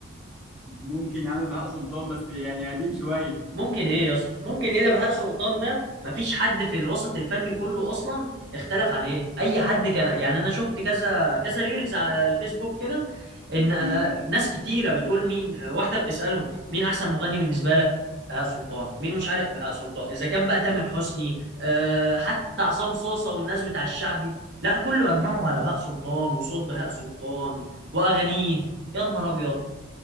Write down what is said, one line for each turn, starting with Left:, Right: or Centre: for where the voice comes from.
Centre: ممكن يا عم بهاء سلطان بس يعني قديم شوية
Right: ممكن ايه يا اسطى ممكن ايه ده بهاء سلطان ده مفيش حد في الوسط الفني كله اصلا اختلف عليه اي حد كان يعني انا شفت كذا كذا ريلز على الفيسبوك كده ان آه،
Centre: امم
Right: ناس كتيره بتقول مين آه، واحده بتسالهم مين احسن مغني بالنسبه لك بهاء سلطان مين مش عارف بهاء سلطان اذا كان بقى تامر حسني أه حتى عصام صاصه والناس بتاع الشعبي لا كله اجمعوا على بهاء سلطان وصوت بهاء سلطان واغانيه يا نهار ابيض